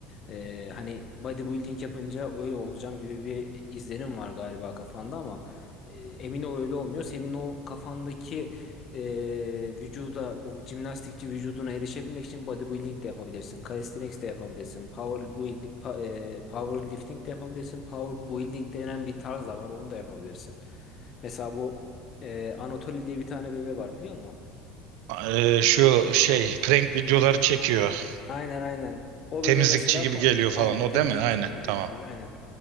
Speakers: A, on the left; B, on the right.
A: e, hani bodybuilding yapınca öyle olacağım gibi bir izlenim var galiba kafanda ama e, emin ol öyle olmuyor. Senin o kafandaki e, vücuda o jimnastikçi vücuduna erişebilmek için bodybuilding de yapabilirsin. Calisthenics de yapabilirsin. Power building, pa, e, powerlifting de yapabilirsin. Power building denen bir tarz da var. Onu da yapabilirsin. Mesela bu e, Anatoly diye bir tane bebe var biliyor musun?
B: Ee, şu şey prank videoları çekiyor.
A: Aynen aynen. O
B: Temizlikçi
A: bebe mesela
B: gibi
A: pa-
B: geliyor falan
A: aynen
B: o
A: temizlikçi
B: değil mi? Aynen
A: gibi
B: tamam.
A: geziyor. Aynen.